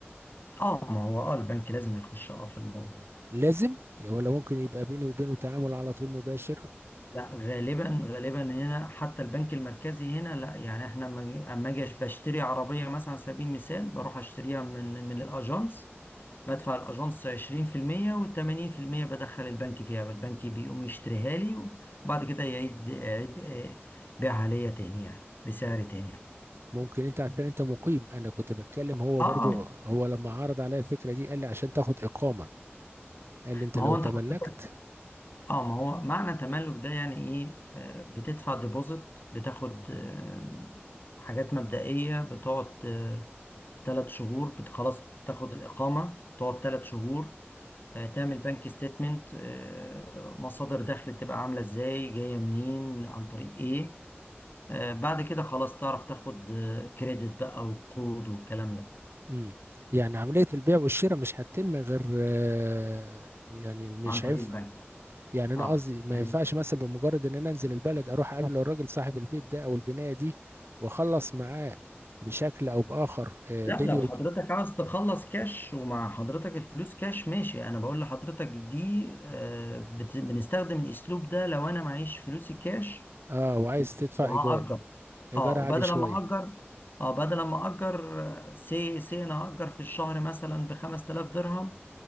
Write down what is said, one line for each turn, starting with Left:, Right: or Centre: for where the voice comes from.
Left: اه ما هو اه البنك لازم يخش اه في الموضوع
Right: لازم ولا ممكن يبقى بيني وبينه تعامل على طول مباشر
Left: لا غالبا غالبا هنا حتى البنك المركزي هنا لا يعني احنا لما أجي- أما اجي بشتري عربيه مثلا على سبيل المثال بروح اشتريها من من الاجانس بدفع الاجانس 20% و80% بدخل البنك فيها البنك بيقوم يشتريها لي وبعد كده يعيد يعيد آه، بيعها ليا تاني يعني بسعر تاني
Right: ممكن انت عشان انت مقيم انا كنت بتكلم هو
Left: اه
Right: برضو
Left: اه
Right: هو لما عرض عليا الفكره دي قال لي عشان تاخد اقامه قال لي انت
Left: ما
Right: لو
Left: هو انت
Right: تملكت
Left: حضرتك اه ما هو معنى تملك ده يعني ايه آه، بتدفع ديبوزيت بتاخد آم، حاجات مبدئية بتقعد ثلاث شهور بت- خلاص تاخد الإقامة تقعد ثلاث شهور آه، تعمل بنك ستيتمنت مصادر دخل تبقى عاملة ازاي جاية منين عن طريق ايه آه، بعد كده خلاص تعرف تاخد كريدت بقى وقروض والكلام ده
Right: امم يعني عمليه البيع والشراء مش هتتم غير آه، يعني مش
Left: عن طريق
Right: هينفع
Left: البنك
Right: يعني انا
Left: اه
Right: قصدي ما
Left: يعني
Right: ينفعش مثلا بمجرد ان انا انزل البلد اروح اقابل الراجل صاحب البيت ده او البنايه دي واخلص معاه بشكل او باخر آه،
Left: لا
Right: بيني
Left: لو حضرتك
Right: وب...
Left: عاوز تخلص كاش ومع حضرتك الفلوس كاش ماشي انا بقول لحضرتك دي آه، بت- بنستخدم الاسلوب ده لو انا معيش فلوسي كاش
Right: اه وعايز تدفع
Left: وهأجر
Right: ايجار ايجار
Left: اه
Right: عالي
Left: وبدل
Right: شويه
Left: ما اجر اه بدل ما اجر سي سي انا هأجر في الشهر مثلا ب 5000 درهم